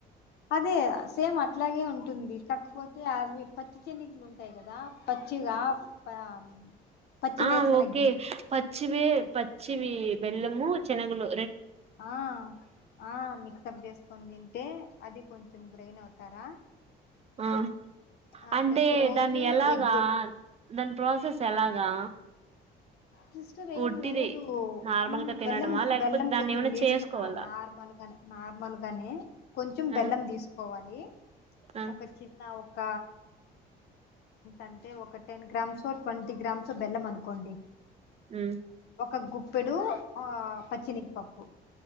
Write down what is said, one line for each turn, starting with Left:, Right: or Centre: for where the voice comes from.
Left: అదే సేమ్ అట్లాగే ఉంటుంది కాకపోతే అవి పచ్చి చెనిగలు ఉంటాయి కదా పచ్చిగా. ప పచ్చి
Right: ఆ
Left: వేరుశనగ
Right: ఓకే
Left: గింజలు
Right: పచ్చివే పచ్చివి బెల్లము. చనగలు
Left: ఆ ఆ మిక్సప్ చేసుకొని తింటే అది కొంచెం గ్రైన్ అవుతారా
Right: ఆ
Left: ఆ
Right: అంటే
Left: ప్రతి రోజు
Right: దాన్ని ఎలాగా.
Left: ఎగ్
Right: దాని ప్రాసెస్ ఎలాగా.
Left: కష్టం ఏం
Right: ఒట్టిదే
Left: లేదు
Right: నార్మల్
Left: హూ
Right: గా తినడమా
Left: బెల్లం,
Right: లేకపోతే
Left: బెల్లం
Right: దాన్ని
Left: కొంచెం
Right: ఏమైనా
Left: తీసుకున్న
Right: చేసుకోవాలా
Left: నార్మల్ గానే, నార్మల్ గానే కొంచెం
Right: ఆ
Left: బెల్లం తీసుకోవాలి.
Right: ఆ
Left: ఒక చిన్న ఒక అంటే ఒక టెన్ గ్రామ్స్ ఓ ట్వంటీ గ్రామ్స్ ఓ బెల్లం అనుకోండి.
Right: ఉమ్
Left: ఒక గుప్పెడు, ఆ పచ్చెనగపప్పు.